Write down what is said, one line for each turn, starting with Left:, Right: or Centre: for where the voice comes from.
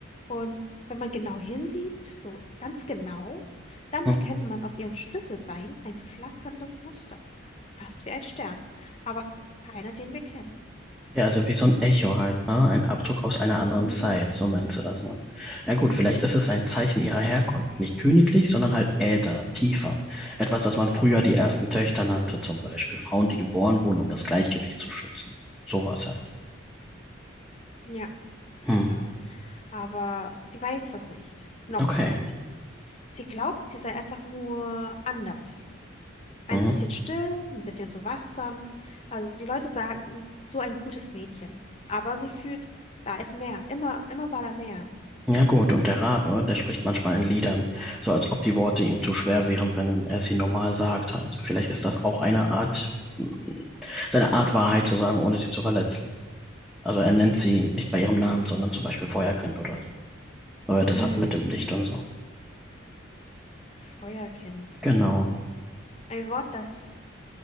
Left: Und wenn man genau hinsieht, so ganz genau, dann
Centre: ja
Left: erkennt man auf ihrem Schlüsselbein ein flackerndes Muster. Fast wie ein Stern, aber k- keiner, den wir kennen.
Centre: also wie so ein Echo halt, ne? Ein Abdruck aus einer anderen
Left: Mhm.
Centre: Zeit, so meinst du das, ne? Ja gut,
Left: Mhm.
Centre: vielleicht ist es ein Zeichen ihrer Herkunft. Nicht königlich, sondern halt älter, tiefer. Etwas, das man früher die ersten Töchter nannte, zum Beispiel. Frauen, die geboren wurden, um das Gleichgewicht zu schützen. Sowas halt.
Left: Ja,
Centre: Hm.
Left: genau. Aber sie weiß das nicht. Noch
Centre: Okay.
Left: nicht. Sie glaubt, sie sei einfach nur anders. Ein
Centre: Mhm.
Left: bisschen still, ein bisschen zu wachsam. Also die Leute sagen, so ein gutes Mädchen. Aber sie fühlt, da ist mehr. Immer, immer war da mehr.
Centre: Ja gut, und der Rabe, der spricht manchmal in Liedern, so als ob die Worte ihm zu schwer wären, wenn er sie normal sagt halt. Vielleicht ist das auch eine Art, hm, seine Art Wahrheit zu sagen, ohne sie zu verletzen. Also er nennt sie nicht bei ihrem Namen, sondern zum Beispiel Feuerkind oder so. Aber das
Left: Mhm.
Centre: hat mit dem Licht und so.
Left: Feuerkind.
Centre: Genau.
Left: Ein Wort, das